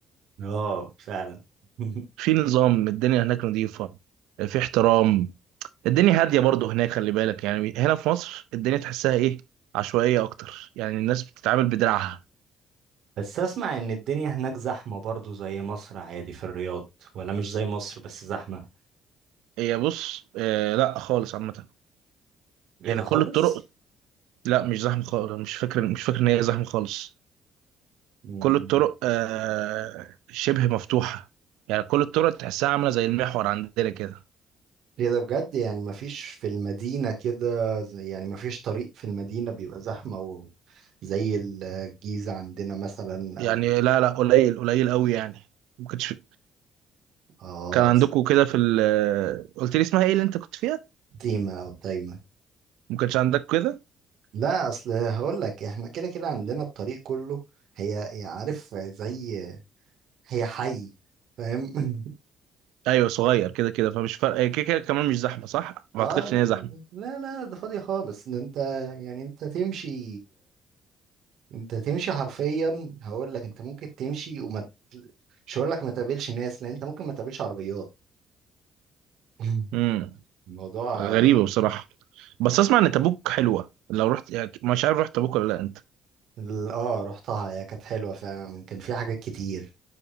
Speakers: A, on the right; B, on the right.
A: اه فعلا <laughs>
B: في نظام الدنيا هناك نظيفه في احترام الدنيا هاديه برضه هناك خلي بالك يعني هنا في مصر الدنيا تحسها ايه عشوائيه اكتر يعني الناس بتتعامل بدراعها
A: بس اسمع ان الدنيا هناك زحمة برضو زي مصر عادي في الرياض ولا مش زي مصر بس زحمة
B: هي بص آه لا خالص عامه
A: ايه
B: يعني
A: ده خالص
B: كل الطرق لا مش زحمه خالص مش فاكر مش فاكر ان هي زحمه خالص
A: مم.
B: كل الطرق آه شبه مفتوحه يعني كل الطرق تحسها عامله زي المحور عندنا كده
A: ليه ده بجد يعني مفيش في المدينة كده زي- يعني مفيش طريق في المدينة بيبقى زحمة و- زي الجيزة عندنا مثلا
B: يعني
A: أو
B: لا لا قليل قليل قوي يعني ما كنتش
A: آه
B: كان عندكم كده في ال قلت لي اسمها ايه اللي انت كنت فيها
A: تيمة أو تايمة
B: ما كانش عندك كده
A: لا أصل هقول لك إحنا كده كده عندنا الطريق كله هي هي عارف زي هي حي فاهم <laughs>
B: ايوه صغير كده كده فمش فارقه هي كده كده كمان مش زحمه صح
A: اه
B: ما اعتقدش
A: لا
B: ان هي زحمه
A: لا لا ده فاضية خالص ده انت يعني انت تمشي انت تمشي حرفيا هقول لك انت ممكن تمشي وما ت- مش هقول لك ما تقابلش ناس لان انت ممكن ما تقابلش عربيات <laughs>
B: امم
A: الموضوع
B: غريبه بصراحه بس اسمع ان تبوك حلوه لو رحت يعني مش عارف رحت تبوك ولا لا انت
A: ال- اه رحتها هي كانت حلوة فعلا كان فيها حاجات كتير